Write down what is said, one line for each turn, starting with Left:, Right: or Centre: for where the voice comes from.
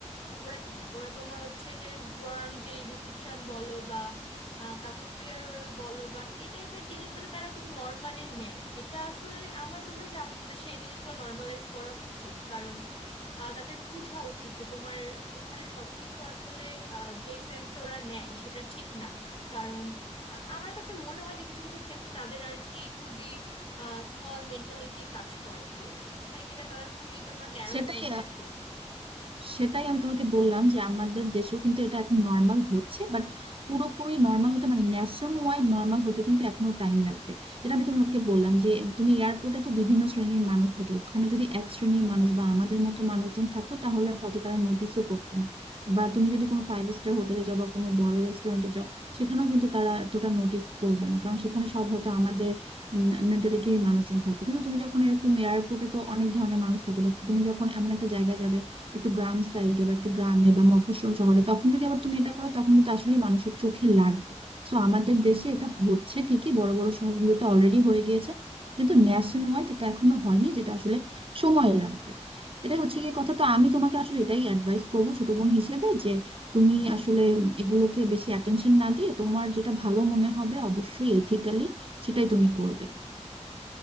Left: ওরা কি ওরা তোমার হচ্ছে যে ওয়ার্ম যে রিসেপশন বলো বা আহ, কাউকে ফেয়ারওয়েল বলো বা এই টাইপের জিনিসগুলো তারা খুব নর্মালি নেয় এটা আসলে আমার মনে হয় যে আমাদের দেশে এই জিনিসগুলো নর্মালাইজ করা উচিত কারণ আহ, তাদের বোঝা উচিত যে তোমার এখানে সবকিছু আসলে আহ, যেই সেন্সে ওরা নেয় সেটা ঠিক না কারণ আহ, আমার কাছে মনে হয় যে কিছু কিছু ক্ষেত্রে তাদের আর কি খুবই স্মল মেন্টালিটি কাজ করে যে লাইক এটা তারা খুবই তোমার ন্যারো
Right: সেটাই
Left: ভাবে দেখে
Right: সেটাই আমি তোমাকে বললাম যে আমাদের দেশেও কিন্তু এটা এখন নর্মাল হচ্ছে বাট পুরোপুরি নর্মাল হতে মানে ন্যাশন ওয়াইড নর্মাল হতে কিন্তু এখনো টাইম লাগবে যেটা আমি তোমাকে বললাম যে তুমি এয়ারপোর্টে তো বিভিন্ন শ্রেণীর মানুষ থাকে ওখানে যদি এক শ্রেণীর মানুষ বা আমাদের মতো মানুষজন থাকতো তাহলে হয়তো তারা নোটিশও করতো না বা তুমি যদি কোনো ফাইভ স্টার হোটেলে যাও বা কোনো বড় রেস্টুরেন্টে যাও সেখানেও কিন্তু তারা এতটা নোটিস করবে না কারণ সেখানে সব হয়তো আমাদের মেন্টালিটির মানুষজন থাকবে কিন্তু তুমি যখন এরকম এয়ারপোর্টে তো অনেক ধরনের মানুষ থাকে বা তুমি যখন এমন একটা জায়গায় যাবে একটু গ্রাম সাইডে বা একটু গ্রামে বা মফস্বল শহরে তখন যদি আবার তুমি এটা করো তখন কিন্তু আসলে মানুষের চোখে লাগবে তো আমাদের দেশে এটা হচ্ছে ঠিকই বড় বড় শহরগুলোতে অলরেডি হয়ে গিয়েছে কিন্তু ন্যাশন ওয়াইড এটা এখনো হয়নি যেটা আসলে সময় লাগবে এটা হচ্ছে গিয়ে কথা তো আমি তোমাকে আসলে এটাই অ্যাডভাইস করবো ছোট বোন হিসেবে যে তুমি আসলে এগুলোকে বেশি অ্যাটেনশন না দিয়ে তোমার যেটা ভালো মনে হবে অবশ্যই এথিক্যালি সেটাই তুমি করবে